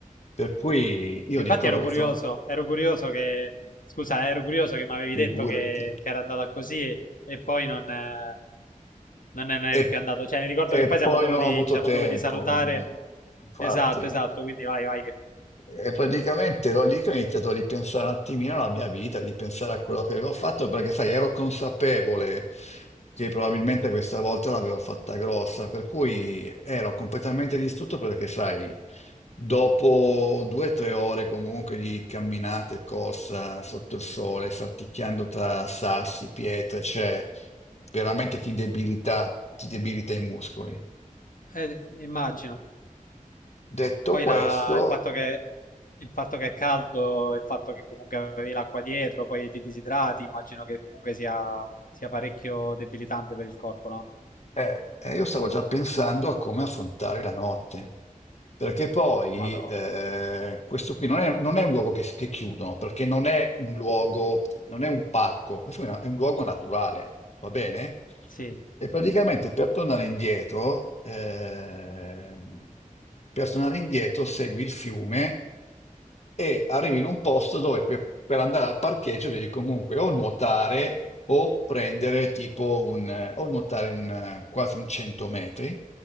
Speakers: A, on the left (about 50°); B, on the left (about 75°).
A: Per cui io
B: Sì, infatti
A: ricordo
B: ero
A: che
B: curioso,
A: sono...
B: ero curioso che... Scusa, ero curioso che mi avevi
A: Figurati.
B: detto che, che era andata così e, e poi non, eh, non ne non
A: E,
B: eri più andato. Cioè, mi ricordo
A: e
B: che poi
A: poi
B: siamo dovuti,
A: non ho avuto
B: ci siamo
A: tempo,
B: dovuti salutare.
A: mm, infatti.
B: Esatto, esatto, quindi vai, vai. che-
A: E praticamente ero lì che ho iniziato a ripensare un attimino alla mia vita, di pensare a quello che avevo fatto, perché sai, ero consapevole che probabilmente questa volta l'avevo fatta grossa, per cui ero completamente distrutto perché sai, Dopo due o tre ore comunque di camminate e corsa sotto il sole, salticchiando tra sassi, pietre, cioè veramente ti debilita, ti debilita i muscoli.
B: eh, immagino.
A: Detto
B: Poi
A: questo,
B: la- il fatto che, il fatto che è caldo, il fatto che comunque avevi l'acqua dietro, poi ti disidrati, immagino che comunque sia, sia parecchio debilitante per il corpo, no?
A: Eh, eh, io stavo già pensando a come affrontare la notte, perché poi
B: Madò.
A: eh, questo qui non è, non è un luogo che, che chiudono, perché non è un luogo, non è un parco, questo è, una- è un luogo naturale, va bene?
B: Sì,
A: E praticamente per tornare indietro, ehm, per tornare indietro segui il fiume e arrivi in un posto dove per, per andare al parcheggio devi comunque o nuotare o prendere tipo un, eh, o nuotare un, eh, quasi un 100 metri